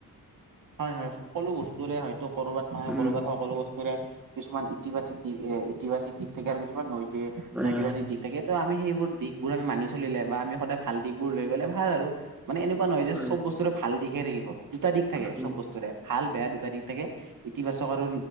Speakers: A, on the right; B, in the centre.
A: হয় হয়। সকলো বস্তুৰে হয়তো ক'ৰবাত নহয়
B: উম
A: ক'ৰবাত সকলো বস্তুৰে কিছুমান ইতিবাচ এ, ইতিবাচিক দিশ থাকে আৰু কিছুমান নৈতিক
B: হয়
A: নৈতিবাচিক দিশ থাকে ত' আমি সেইবোৰ দিশবোৰ আমি মানি চলিলে বা আমি সদায় ভাল দিশবোৰ লৈ গ'লে ভাল আৰু। মানে এনেকুৱা নহয়
B: হয়
A: যে চব বস্তুৰে ভাল দিশহে থাকিব, দুটা দিশ থাকে
B: হয়
A: চব বস্তুৰে ভাল বেয়া দুটা দিশ থাকে। ইতিবাচক আৰু